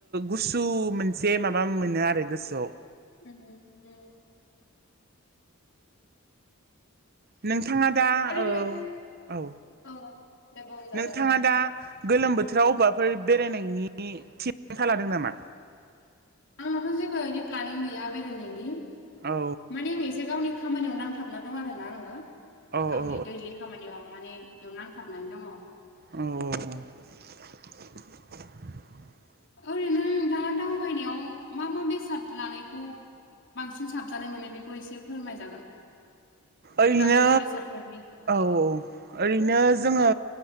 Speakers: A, on the right; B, on the left.
A: गुसु मोनसे बे माबा मोनो आरो गोसोआव
B: उ
A: नोंथाङा दा
B: ओरैनो
A: औ औ
B: औ दे बुंजागोन
A: नोंथाङा
B: दे
A: दा गोलोम बोथोराव बबेबाफोर बेरायनायनि थिथा लादों नामा?
B: आंनाथ' जेबो एै प्लनिं गैया बेरायनायनि
A: औ
B: माने आं एसे गावनि खामानियाव नांथाबना दं आर ना आङो
A: औ
B: गावनि
A: औ
B: दैलि खामानियाव माने बेयाव नांथारनानै दङ।
A: औ
B: ओरैनो नोंथाङा दावबायनायाव मा मा बेसाद लानायखौ बांसिन साबजानाय मोनो बेखौ एसे फोरमायजागोन?
A: ओरैनो
B: गोनांथि बेसादफोरनि बागै
A: औ औ ओरैनो जोङो